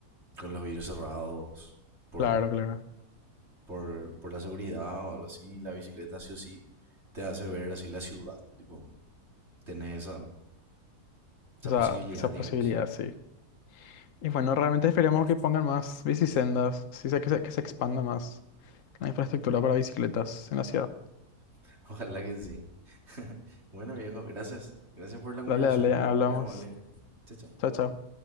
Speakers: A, on the right; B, on the left.
A: con los vidrios cerrados por,
B: Claro, claro.
A: por, por la seguridad o algo así, la bicicleta sí o sí te hace ver así la ciudad, tipo, tenés esa, esa
B: Esa,
A: posibilidad,
B: esa
A: digamos.
B: posibilidad, sí. Y bueno, realmente esperemos que pongan más bicisendas, sí, que se, que se expanda más la infraestructura
A: Yo-
B: para bicicletas en la ciudad.
A: <laughs> ojalá que sí. <laughs> bueno, viejo, gracias. Gracias por la conversación.
B: Dale, dale, hablamos.
A: Muy amable. Chao, chao.
B: Chao, chao.